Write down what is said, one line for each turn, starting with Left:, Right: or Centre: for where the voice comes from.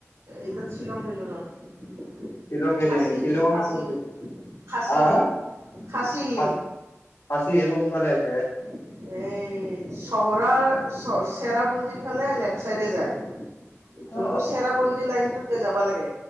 Right: ইদৰ শ্বিলং গেলো ৰ
Left: শিলং গেলে
Right: খাচী
Left: নেকি শিলং
Right: হিল খাচী
Left: ক'ত গেলি
Right: হিল খাচী
Left: হা
Right: হিল। খাচী হিল
Left: হা ভালে আছে
Right: এই চহৰৰ চেৰাপুঞ্জীৰ ফালে লেফ্ট চাইডে যায় যোনটো
Left: অ
Right: চেৰাপঞ্জী লাইনটোতে যাব খাব লাগে